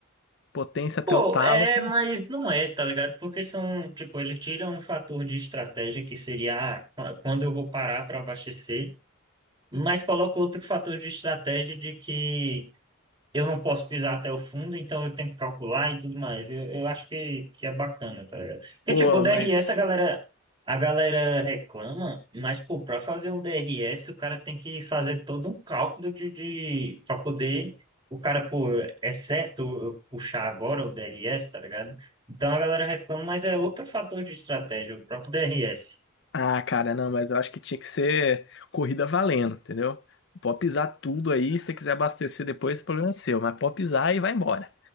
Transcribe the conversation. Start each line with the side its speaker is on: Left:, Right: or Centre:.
Left: potência até
Right: Pô,
Left: o talo,
Right: é,
Left: pô,
Right: mas não é, tá ligado? Porque são, tipo, ele tira um fator de estratégia que seria ah, quando eu vou parar para abastecer, mas coloca outro fator de estratégia de que eu não posso pisar até o fundo, então eu tenho que calcular e tudo mais. Eu, eu acho que, que é bacana, tá ligado? Porque,
Left: Pô,
Right: tipo, o DRS
Left: mas.
Right: a galera, a galera reclama, mas, pô, pra fazer um DRS, o cara tem que fazer todo um cálculo de, de, pra poder. O cara, pô, é certo eu puxar agora o DRS, tá ligado? Então a galera reclama, mas é outro fator de estratégia, o próprio DRS.
Left: Ah, cara, não, mas eu acho que tinha que ser corrida valendo, entendeu? Pode pisar tudo aí, se você quiser abastecer depois, o problema é seu, mas pode pisar e vai embora.